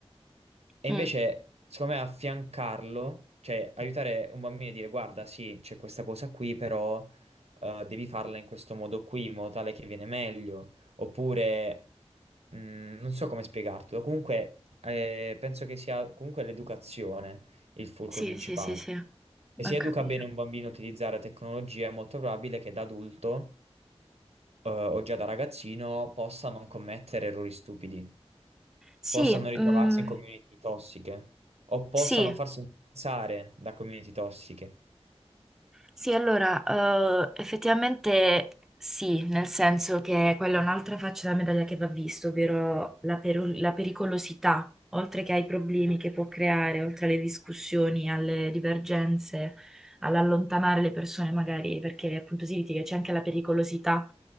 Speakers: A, on the right; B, in the centre.
A: E
B: mm,
A: invece, secondo me, affiancarlo, cioè aiutare un bambino a dire guarda, sì, c'è questa cosa qui, però eh, devi farla in questo modo qui, in modo tale che viene meglio. Oppure, mm, non so come spiegartelo, comunque eh, penso che sia comunque l'educazione il fulcro
B: Sì,
A: principale.
B: sì, sì, sì, ho
A: E se
B: capito.
A: educa bene un bambino a utilizzare tecnologia, è molto probabile che da adulto eh, o già da ragazzino possa non commettere errori stupidi
B: Sì,
A: possano ritrovarsi
B: mm,
A: in community tossiche o possano
B: sì.
A: farsi influenzare da community tossiche.
B: Sì, allora, eh, effettivamente sì, nel senso che quella è un'altra faccia della medaglia che va vista, ovvero la, peru- la pericolosità, oltre che ai problemi che può creare, oltre alle discussioni, alle divergenze, all'allontanare le persone magari, perché appunto si litiga, c'è anche la pericolosità,